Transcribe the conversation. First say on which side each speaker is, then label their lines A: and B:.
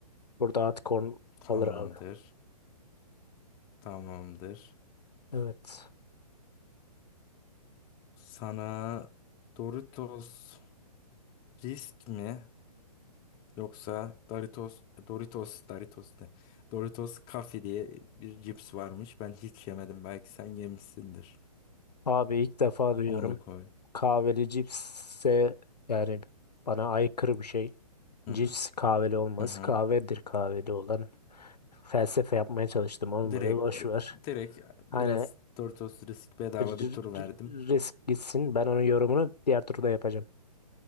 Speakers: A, on the left; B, on the left.
A: Burada hot corn
B: Tamamdır.
A: alır abi.
B: Tamamdır.
A: Evet.
B: Sana Doritos risk mi yoksa Doritos Doritos Doritos ne? Doritos Kafi diye bir cips varmış. Ben hiç yemedim. Belki sen yemişsindir.
A: Abi ilk defa duyuyorum.
B: Onu koy.
A: Kahveli cipsse yani bana aykırı bir şey.
B: Hı
A: Cips
B: hı.
A: kahveli olmaz.
B: Hı hı.
A: Kahvedir kahveli olan. Felsefe yapmaya çalıştım olmadı.
B: Direkt
A: Boş ver.
B: direkt biraz
A: Hani
B: Doritos risk bedava
A: r-
B: bir tur verdim.
A: r- risk gitsin. Ben onun yorumunu diğer turda yapacağım.